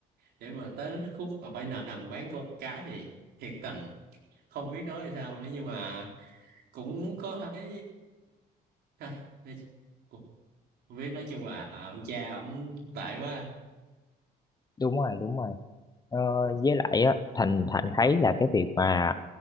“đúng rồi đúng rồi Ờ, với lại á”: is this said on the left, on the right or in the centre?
Left